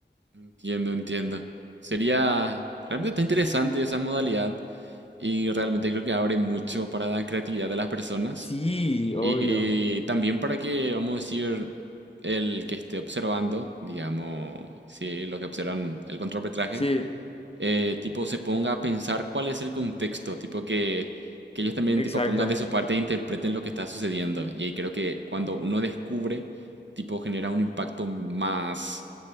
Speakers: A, on the right; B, on the left.
A: Entiendo, entiendo. Sería, realmente está interesante esa modalidad y realmente creo que abre mucho para la creatividad de las personas.
B: Sí, obvio.
A: Y también para que, vamos a decir, el que esté observando, digamos, si lo que observan el contrapetraje,
B: Sí,
A: eh, tipo se ponga a pensar cuál es el contexto, tipo que, que ellos también
B: exacto.
A: tipo pongan de su parte e interpreten lo que está sucediendo. Y ahí creo que cuando uno descubre, tipo genera un impacto más,